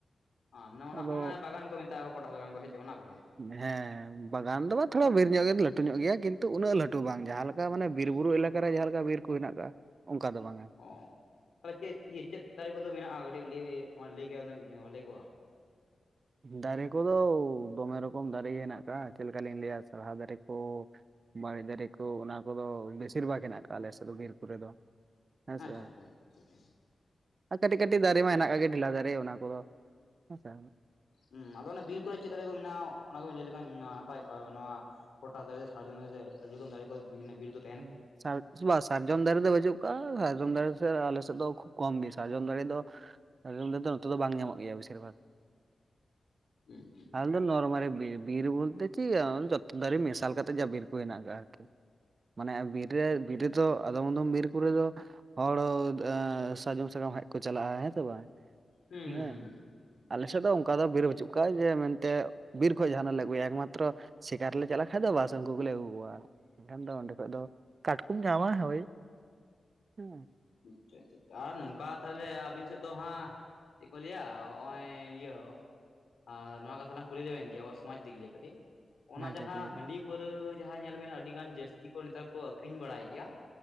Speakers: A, on the left (about 80°); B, on the right (about 60°).
A: ᱚ ᱢᱟᱱᱮ ᱚᱱᱟ
B: ᱟᱫᱚ
A: ᱦᱚᱸ ᱚᱱᱟ ᱡᱟᱦᱟᱸ ᱵᱟᱜᱟᱱ ᱠᱚ ᱢᱮᱛᱟᱜᱼᱟ ᱠᱚ ᱯᱚᱴᱟᱥ ᱵᱟᱜᱟᱱ ᱠᱚ ᱦᱮ ᱪᱮ ᱚᱱᱟ ᱠᱚᱜᱮ?
B: ᱦᱮᱸ᱾ ᱵᱟᱜᱟᱱ ᱫᱚ ᱵᱟᱝ ᱛᱷᱚᱲᱟ ᱵᱤᱨ ᱧᱚᱜ ᱜᱮ ᱞᱟᱹᱴᱩ ᱧᱚᱜ ᱜᱮᱭᱟ ᱠᱤᱱᱛᱩ ᱩᱱᱟᱹᱜ ᱞᱟᱹᱴᱩ ᱦᱚᱸ ᱵᱟᱝ, ᱡᱟᱸᱦᱟ ᱞᱮᱠᱟ ᱢᱟᱱᱮ ᱵᱤᱨᱵᱩᱨᱩ ᱮᱞᱟᱠᱟᱨᱮ ᱡᱟᱸᱦᱟ ‌ᱞᱮᱠᱟ ᱵᱤᱨ ᱠᱚ ᱦᱮᱱᱟᱜ ᱟᱠᱟᱟᱜᱼᱟ, ᱚᱝᱠᱟ ᱫᱚ ᱵᱟᱝᱟ᱾
A: ᱚᱸᱻ ᱛᱟᱦᱚᱞᱮ ᱪᱮᱫ ᱤᱭᱟᱹ ᱪᱮᱫ ᱫᱟᱨᱮ ᱠᱚᱫᱚ ᱢᱮᱱᱟᱜᱼᱟ ᱠᱟᱹᱴᱤᱡ ᱞᱟᱹᱭ ᱞᱟᱹᱭ ᱠᱮᱭᱟ ᱦᱩᱱᱟᱹᱝ ᱵᱷᱟᱞᱮ ᱠᱚᱜᱼᱟ᱾
B: ᱫᱟᱨᱮ ᱠᱚᱫᱚ ᱫᱚᱢᱮ ᱨᱚᱠᱚᱢ ᱫᱟᱨᱮ ᱜᱮ ᱦᱮᱱᱟᱜ ᱠᱟᱜᱼᱟ ᱪᱮᱫ ᱞᱮᱠᱟᱞᱤᱧ ᱞᱟᱹᱭᱟ ᱥᱟᱲᱦᱟ ᱫᱟᱨᱮ ᱠᱚ, ᱵᱟᱲᱮ ᱫᱟᱨᱮ ᱠᱚ, ᱚᱱᱟ ᱠᱚᱫᱚ ᱵᱮᱥᱤᱨ ᱵᱷᱟᱜᱽ ᱦᱮᱱᱟᱜ ᱠᱟᱜᱼᱟ ᱟᱞᱮ ᱥᱮᱫ ᱫᱚ ᱵᱤᱨ ᱠᱚ ᱨᱮᱫᱚ᱾ ᱦᱮᱸ ᱥᱮ,
A: ᱟᱪᱪᱷᱟ ᱟᱪᱪᱷᱟ ᱟᱪᱪᱷᱟ ᱟᱪᱪᱷᱟ
B: ᱟᱨ ᱠᱟᱹᱴᱤᱡ ᱠᱟᱹᱴᱤᱡ ᱫᱟᱨᱮ ᱢᱟ ᱦᱮᱱᱟᱜ ᱠᱟᱜ ᱜᱮ ᱰᱷᱮᱞᱟ ᱫᱟᱨᱮ ᱚᱱᱟ ᱠᱚᱫᱚ ᱦᱮᱸᱥᱮ
A: ᱦᱩᱸ, ᱟᱫᱚ ᱚᱱᱟ ᱵᱤᱨ ᱠᱚᱨᱮ ᱪᱮᱫ ᱫᱟᱨᱮ ᱠᱚ ᱢᱮᱱᱟᱜᱼᱟ ᱚᱱᱟ ᱠᱚ ᱵᱤᱱ ᱞᱟᱹᱭ ᱞᱮᱠᱷᱟᱱ ᱱᱟᱯᱟᱭ ᱠᱚᱜ-ᱟ, ᱱᱚᱣᱟ ᱯᱚᱴᱟᱥ ᱫᱟᱨᱮ ᱥᱮ, ᱥᱟᱨᱡᱚᱢ ᱫᱟᱨᱮ ᱥᱮ, ᱟᱹᱰᱤ ᱟᱹᱰᱤ ᱨᱚᱠᱚᱡ ᱫᱟᱨᱮ ᱠᱚ ᱢᱟᱱᱮ ᱵᱤᱨᱫᱚ
B: <inaudible> ᱥᱟᱨᱡᱚᱢ ᱫᱟᱨᱮ ᱫᱚ ᱵᱟᱪᱩᱜ ᱠᱟᱜ-ᱟ, ᱥᱟᱨᱡᱚᱢ ᱫᱟᱨᱮ ᱥᱮ ᱟᱞᱮ ᱥᱮᱫ ᱫᱚ ᱠᱚᱢ ᱜᱮ ᱥᱟᱨᱡᱚᱢ ᱫᱟᱨᱮ ᱫᱚ ᱥᱟᱨᱡᱚᱢ ᱫᱟᱨᱮ ᱫᱚ ᱱᱚᱛᱮ ᱫᱚ ᱵᱟᱝ ᱧᱟᱢᱚᱜ ᱜᱮᱭᱟ ᱵᱮᱥᱤᱨ ᱵᱷᱟᱜᱽ᱾
A: ᱦᱩᱸ ᱦᱩᱸ᱾
B: ᱟᱫᱚ ᱱᱚᱨᱢᱟᱞᱤ ᱵᱤᱨ, ᱵᱤᱨ ᱵᱚᱞᱛᱮ ᱪᱮᱫ ᱡᱚᱛᱚ ᱫᱟᱨᱮ ᱢᱮᱥᱟᱞ ᱠᱟᱛᱮᱫ ᱡᱟ ᱵᱤᱨ ᱠᱚ ᱦᱮᱱᱟᱜ ᱠᱟᱜᱼᱟ ᱟᱨᱠᱤ, ᱢᱟᱱᱮ ᱵᱤᱨ ᱨᱮ ᱵᱤᱨ ᱨᱮᱫᱚ ᱟᱫᱚᱢ ᱟᱫᱚᱢ ᱵᱤᱨ ᱠᱚᱨᱮ ᱫᱚ ᱦᱚᱲ ᱮᱸ ᱥᱟᱨᱡᱚᱢ ᱥᱟᱠᱟᱢ ᱦᱮᱡ ᱠᱚ ᱪᱟᱞᱟᱜᱼᱟ, ᱦᱮᱸ ᱥᱮ ᱵᱟᱝ?
A: ᱦᱩᱸ
B: ᱦᱮᱸ᱾
A: ᱦᱩᱸ
B: ᱟᱞᱮ ᱥᱮᱫ ᱫᱚ ᱚᱝᱠᱟ ᱫᱚ ᱵᱤᱨ ᱵᱟᱹᱪᱩᱜ ᱠᱟᱜᱼᱟ ᱡᱮ ᱢᱮᱱᱛᱮ ᱵᱤᱨ ᱠᱷᱚᱡ ᱡᱟᱦᱟᱸᱱᱟᱜ ᱞᱮ ᱟᱹᱜᱩᱭᱟ, ᱮᱠᱢᱟᱛᱨᱚ ᱥᱤᱠᱟᱨ ᱞᱮ ᱪᱟᱞᱟᱜ ᱠᱷᱟᱡ ᱫᱚ ᱵᱟᱥ ᱩᱱᱠᱩ ᱜᱮᱞᱮ ᱟᱜᱩ ᱠᱚᱣᱟ᱾ ᱮᱱᱠᱷᱟᱱ ᱫᱚ ᱚᱸᱰᱮ ᱠᱷᱚᱡ ᱫᱚ, ᱠᱟᱴᱠᱚᱢ ᱧᱟᱢᱟ ᱦᱳᱭ, ᱦᱩᱸ᱾
A: ᱟᱪᱪᱷᱟ ᱟᱪᱪᱷᱟ, ᱟᱨ ᱱᱚᱝᱠᱟ ᱛᱟᱦᱞᱮ ᱟᱵᱤᱱ ᱥᱮᱫ ᱫᱚ ᱦᱟᱸᱜ ᱪᱮᱜ ᱠᱚ ᱞᱟᱹᱭᱟ ᱦᱚᱸᱜᱼᱚᱭ, ᱤᱭᱟᱹ ᱟᱨ ᱱᱚᱣᱟ ᱠᱟᱛᱷᱟ ᱞᱟᱝ ᱠᱩᱞᱤ ᱞᱮᱵᱮᱱ ᱜᱮ ᱟᱵᱚ ᱥᱚᱢᱟᱡᱽ ᱫᱤᱠ ᱞᱤᱭᱮ ᱠᱟᱴᱤᱡ, ᱚᱱᱟ ᱡᱟᱦᱟᱸ
B: ᱪᱮᱫ ᱠᱚ ᱞᱟᱹᱭᱟ
A: ᱦᱟᱺᱰᱤ, ᱯᱟᱹᱣᱨᱟᱹ ᱡᱟᱦᱟᱸᱭ ᱧᱮᱞ ᱵᱮᱱ ᱟᱹᱰᱤ ᱜᱟᱱ ᱡᱟᱹᱥᱛᱤ ᱠᱚ ᱱᱮᱛᱟᱨ ᱠᱚ ᱟᱹᱠᱷᱨᱤᱧ ᱵᱟᱲᱟᱭ ᱜᱮᱭᱟ,